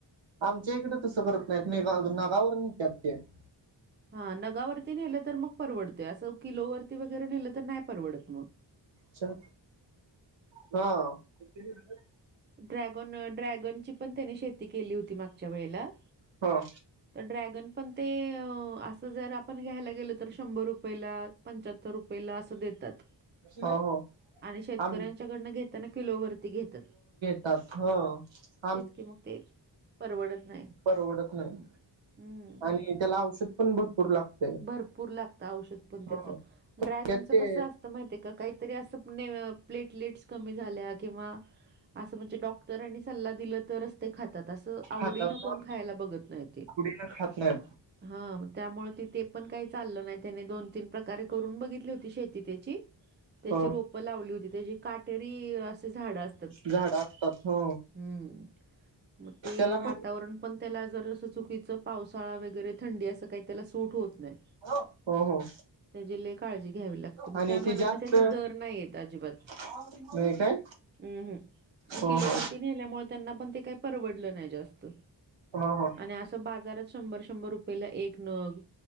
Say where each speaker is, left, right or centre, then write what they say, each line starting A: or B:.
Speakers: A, on the right; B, on the right.
A: आमच्या इकडें तसं करत नाहीत, म नगावर नाही त्यात ते. <unintelligible>
B: हा, नगावरती नेलं तर मग परवडते, असं किलोवरती वगैरे नेलं तर नाही परवडत मग.
A: च् हा <unintelligible>
B: ड्रॅगन, ड्रॅगन ची पण त्याने शेती केली होती, मागच्या वेळेला-
A: हा.
B: तर ड्रॅगन पण ते, असं जर आपण घ्यायला गेल तर- शंभर रुपयेला, पंच्याहत्तर रुपयेला असं देतात-
A: हो हो
B: आणि शेतकऱ्यांच्याकडनं
A: आम
B: घेताना किलोवरती घेत्यात.
A: त ह <unintelligible>
B: तेच की मग, ते परवडत नाही.
A: परवडत नाही
B: हं.
A: आणि त्याला औषध पण भरपूर लागतय.
B: भरपूर लागत औषध पण त्याच,
A: हो
B: ड्रॅगनच
A: त्यात ते
B: कस अस- माहितय का, काहीतरी असं प्लेटलेटस कमी झाल्या किंवा- असं म्हणजे डॉक्टरांनी सल्ला दिलं तरच ते खातात असं- आवडीने
A: खातात ना
B: कोण खायला बघत नाही ते.
A: आवडीनं खात नाहीत.
B: हा, त्यामुळे ते पण काही चाललं नाही त्याने दोन तीन प्रकारे करून बघितली होती- शेती त्याची- त्याची
A: हो
B: रोपं लावली होती, त्याची काटेरी असे झाड असतात.
A: झाड असतात हो
B: हम्म. मग
A: त्याला
B: ते वातावरण-
A: पण
B: पण, त्याला जर असं चुकीच पावसाळा वगैरे थंडी असं काही त्याला सूट होत नाही.
A: हो, हो.
B: त्येजी लय काळजी घ्यावी लागते, मग
A: आणि
B: त्या
A: ते
B: मानान
A: जास्त
B: त्याचा दर नाही येत अजिबात.
A: नाही काय
B: हं, हं,
A: हो
B: किलोवरती
A: हो
B: नेल्यामुळे त्यांना पण ते काही परवडलं नाही जास्त.
A: हो हो.
B: आणि असं बाजारात शंभर शंभर रुपयेला एक नग,